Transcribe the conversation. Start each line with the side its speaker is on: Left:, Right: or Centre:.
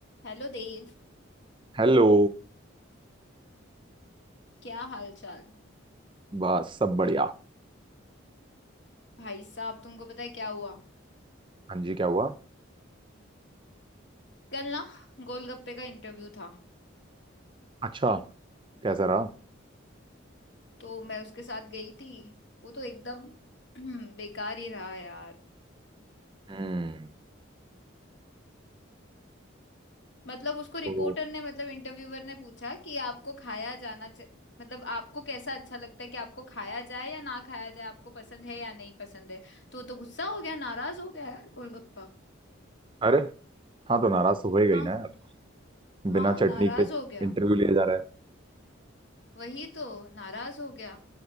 Left: Hello Dev
Right: Hello
Left: क्या हाल चाल
Right: बस सब बढ़िया
Left: भाई साहब तुमको पता है क्या हुआ
Right: हाँ जी क्या हुआ
Left: कल ना गोलगप्पे का इंटरव्यू था
Right: अच्छा कैसा रहा
Left: तो मैं उसके साथ गई थी वो तो एकदम <clears throat> बेकार ही रहा यार
Right: हम्म
Left: मतलब उसको रिपोर्टर
Right: तो
Left: ने मतलब इंटरव्यूअर ने पूछा कि आपको खाया जाना चा... मतलब आपको कैसा अच्छा लगता है कि आपको खाया जाए या ना खाया जाए आपको पसंद है या नहीं पसंद है तो वो तो गुस्सा हो गया नाराज हो गया यार गोलगप्पा
Right: अरे हाँ तो नाराज तो होएगा
Left: हाँ
Right: ही ना यार बिना
Left: हाँ
Right: चटनी
Left: नाराज
Right: के
Left: हो गया
Right: इंटरव्यू लिए जा रहा है
Left: वही तो नाराज हो गया